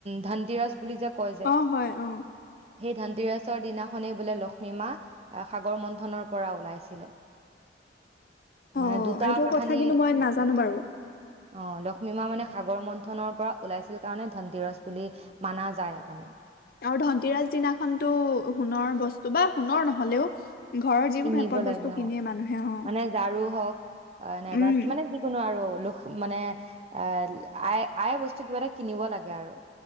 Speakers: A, on the right (about 35°); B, on the left (about 50°).
A: ধনতিৰজ বুলি যে কয় যে
B: অ' হয় অ'।
A: সেই ধনটিৰাচৰ দিনাখনেই বোলে লখ মীমা সাগৰ মন্থনৰ পৰা ওলাইছিলে।
B: অ
A: মানে দুটা
B: এইটো
A: কাহানি
B: কথা কিন্তু মই
A: আছে
B: নাজানো বাৰু।
A: অ লক্ষ্মী মা মানে সাগৰ মন্থনৰ পৰা ওলাইছিল কাৰণে ধনতিৰজ বুলি মানা যায় মানে।
B: আৰু ধনতিৰাজ দিনাখনতো সোণৰ বস্তু বা সোণৰ নহলেও ঘৰৰ যিকোনো
A: কিনিব
B: এপদ
A: লাগে
B: বস্তু কিনে
A: অ'।
B: মানুহে অ'
A: মানে ঝাৰু হওক অ নাইবা
B: উম।
A: মানে যিকোনো আৰু লোখ মানে এ আই - আই বস্তু কিবা এটা কিনিব লাগে আৰু।